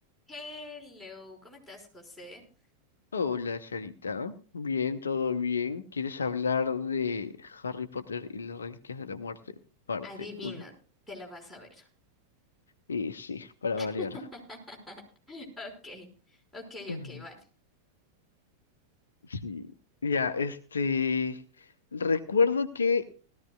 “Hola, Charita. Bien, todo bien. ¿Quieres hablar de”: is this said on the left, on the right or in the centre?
Left